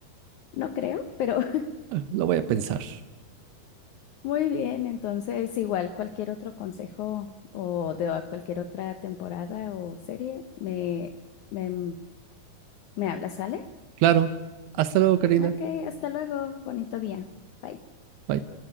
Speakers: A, on the left; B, on the right.
A: No creo, pero <laughs>
B: Ah, Lo voy a pensar.
A: muy bien. Entonces, igual cualquier otro consejo o de a cualquier otra temporada o serie, me, me, me hablas, ¿sale?
B: Claro. Hasta luego, Karina.
A: Ok, hasta luego, bonito día. Bye.
B: Bye.